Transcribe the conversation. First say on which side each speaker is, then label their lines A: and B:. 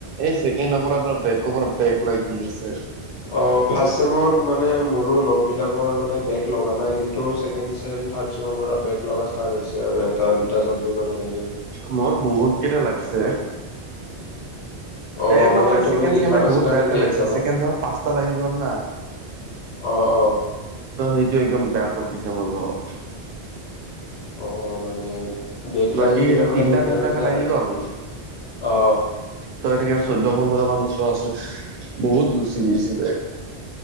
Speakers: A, on the right; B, on the left.
A: এই ছেকেণ্ডৰ আপোনাৰ বেগৰ পৰা বেগ লাগি আছে।
B: অ, ফাষ্ট চেমত মানে মোৰো লগবিলাকৰ মানে বেগ নাই লগা কিন্তু ছেকেণ্ড চেম, থাৰ্ড ছেমৰ পৰা বেগ লগা ষ্টাৰ্ট হৈছে আৰু এটা দুটা চাবজেক্টত এনেকে।
A: ত মোৰ বহুত কেইটা লাগছে।
B: অ
A: এ
B: মানে
A: মোৰ
B: তুমি
A: ছেকেণ্ড
B: লিখা
A: চেমে
B: নাছিলা
A: বহুত বেয়াকে
B: নেকি
A: লাগিছে,
B: এক্জামত
A: ছেকণ্ড ছেমত পাঁচটা লাগি গল না।
B: অ।
A: ত সেইটো একদম বেয়া কৰি দিছে মোৰ লগত।
B: অ মানে বেগ
A: বাকী
B: লাগি গলে
A: এটা
B: মানে
A: তিনটা
B: দিগদাৰ
A: তিনটাকে
B: হৈ যায়
A: লাগি
B: আৰু
A: গ'ল
B: অ।
A: ত এনেকে চৈধ্য, পোন্ধৰ মান ওচৰা-ওচৰি বহুত দুচি দিছে বেই।